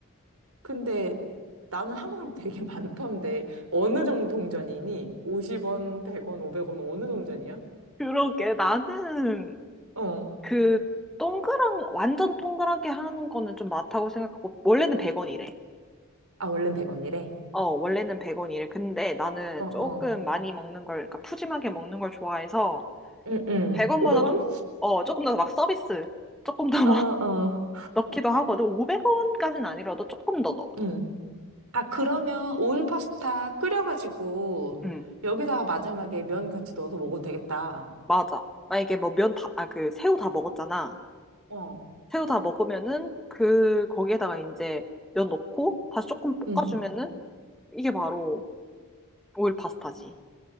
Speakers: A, on the right (about 80°); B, in the centre.
A: 근데 나는 항상 되게 많던데, 어느 정도 동전이니? 50원, 100원, 500원, 어느 동전이야?
B: 그러게, 나는
A: 어.
B: 그 동그란, 완전 동그랗게 하는 거는 좀 많다고 생각하고, 원래는 100원이래.
A: 아, 원래는 100원이래.
B: 어, 원래는 100원이래. 근데 나는
A: 어, 어.
B: 조금 많이 먹는 걸, 그러니까 푸짐하게 먹는 걸 좋아해서
A: 응, 응.
B: 100원보다
A: 500원?
B: 조, 어, 조금 더 막 서비스, 조금 더
A: 어,
B: 막
A: 어.
B: <laughs> 넣기도 하거든. 500원까지는 아니라도 조금 더 넣어.
A: 응. 아, 그러면 오일 파스타 끓여가지고
B: 응,
A: 여기다가 마지막에 면 같이 넣어서 먹어도 되겠다.
B: 맞아. 만약에 뭐 면 다, 아, 그 새우 다 먹었잖아.
A: 어.
B: 새우 다 먹으면은 그, 거기에다가 이제 면 넣고 다시 조금 볶아주면은
A: 응.
B: 이게 바로 오일 파스타지.